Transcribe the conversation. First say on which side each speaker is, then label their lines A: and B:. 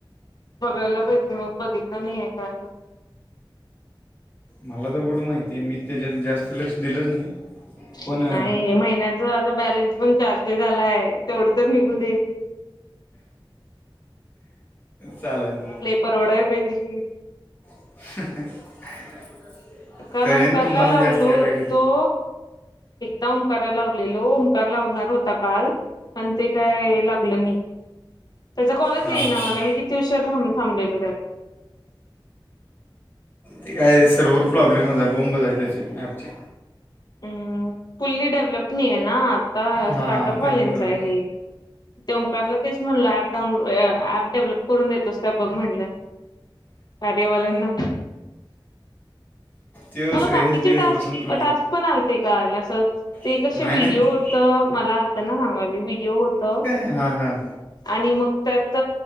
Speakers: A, on the left; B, on the left.
A: बघायला पाहिजे मग बघितलं नाही आहे का अ
B: मला तर कुठं माहितीय मी त्याच्यात जास्त लक्ष दिलंच नाही. पण
A: नाही
B: अं,
A: महिन्याच आता बॅलेन्स पण चारशे झालाय तेवढत मी कुधे
B: चालेयल.
A: परवडायला पाहिजे की.
B: <unintelligible>
A: एका
B: तर
A: लओंकारला
B: एन तुम्हाला
A: लावलो
B: जास्त यायला लागलेत
A: तो एकदा ओंकाराला लावलेलो ओंकार लावणार होता काल. पण ते काय लागलं नाही त्याचा कॉलच
B: हां
A: ये
B: हां
A: ना मला मी किती. किती उशीर थांबलेलो मी.
B: ते काय सर्वर प्रॉब्लेमच आहे बोंबज आहे त्याची ऍपची.
A: हम् फुल्ली डेव्हलप नाही आहे ना आता
B: हां
A: स्टार्टअपवाल्यांच
B: त्यामुळं
A: आहे. ते ओकारला तेच म्हणलं प डाऊनो ऍप डेव्हलप करून देतोस का बघ म्हणलं. अरे ले ना.
B: तो
A: मला
B: श्रेयस
A: बाकीचे
B: बी एस
A: टास्क
B: बसून करतो.
A: टास्क पण आलते काला असं. ते
B: नाही.
A: कं व्हिडिओ
B: नाही नाही
A: होतं मला आलतं ना सांगावले व्हिडिओ होत.
B: हा हा.
A: आणि मग त्यात